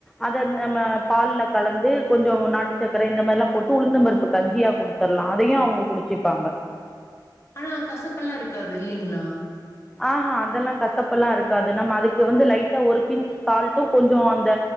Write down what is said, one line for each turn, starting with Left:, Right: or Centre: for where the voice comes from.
Centre: அதை நம்ம பால்ல கலந்து கொஞ்சோ நாட்டுச் சக்கரை இந்த மாரி எல்லாம் போட்டு உளுந்தம்பருப்பு கஞ்சியா குடுத்தரலாம் அதையு அவங்க குடிச்சுப்பாங்க
Left: ஆனா கசப்பெல்லா இருக்காது இல்லைங்களா
Centre: ஆஹ்ஹா அதெல்லா கசப்பல்லா இருக்காது நம்ம அதுக்கு வந்து லைட்டா ஒரு பின்ச் சால்ட்டும் கொஞ்சோ அந்த